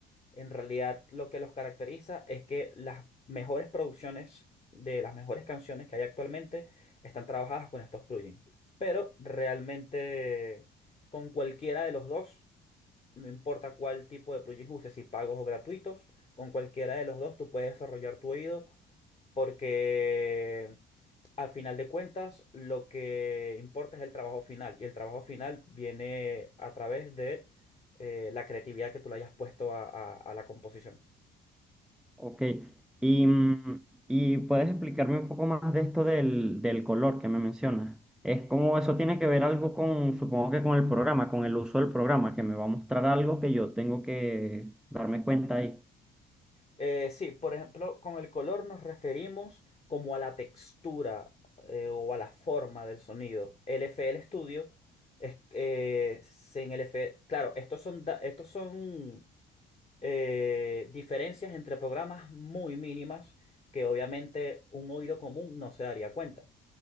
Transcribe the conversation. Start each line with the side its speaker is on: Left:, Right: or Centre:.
Left: en realidad lo que los caracteriza es que las mejores producciones de las mejores canciones que hay actualmente están trabajadas con estos plugins. Pero realmente con cualquiera de los dos, no importa cuál tipo de plugins uses, si pagos o gratuitos, con cualquiera de los dos tú puedes desarrollar tu oído porque al final de cuentas, lo que importa es el trabajo final y el trabajo final viene a través de eh, la creatividad que tú le hayas puesto a, a- a la composición.
Centre: Ok, y, mm, y puedes explicarme un poco más de esto del, del color que me mencionas. Es como eso tiene que ver algo con, supongo que con el programa, con el uso del programa, que me va a mostrar algo que yo tengo que darme cuenta ahí.
Left: Eh, sí, por ejemplo, con el color nos referimos como a la textura eh, o a la forma del sonido. El FL Studio es eh, se- en el FL, claro, estos son da- estos son eh, diferencias entre programas muy mínimas que obviamente un oído común no se daría cuenta.